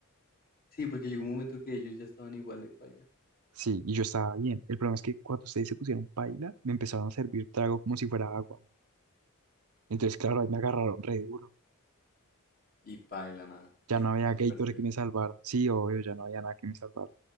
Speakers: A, on the left; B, on the right.
A: Sí, porque llegó un momento que ellos ya estaban igual de paila.
B: Sí, y yo estaba bien. El problema es que cuando ustedes se pusieron paila, me empezaron a servir trago como si fuera agua. Entonces, claro, ahí me agarraron re duro.
A: Y paila, nada.
B: Ya
A: Ay,
B: no había
A: chao,
B: Gatorade
A: perdedor.
B: que me salvara. Sí, obvio, ya no había nada que me salvara.